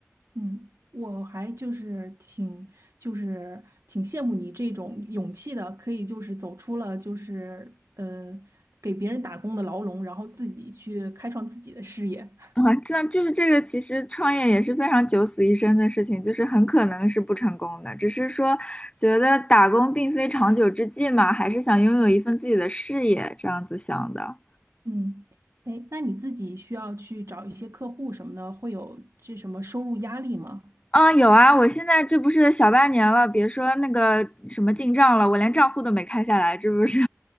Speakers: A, on the right; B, on the left.
A: 嗯，我还就是挺就是挺羡慕你这种勇气的，可以就是走出了就是呃给别人打工的牢笼，然后自己去开创自己的事业。
B: 啊，这就是这个，其实创业也是非常九死一生的事情，就是很可能是不成功的，只是说觉得打工并非长久之计嘛，还是想拥有一份自己的事业，这样子想的。
A: <laughs> 嗯，哎，那你自己需要去找一些客户什么的，会有这什么收入压力吗？
B: 啊，有啊，我现在这不是小半年了，别说那个什么进账了，我连账户都没开下来，这不是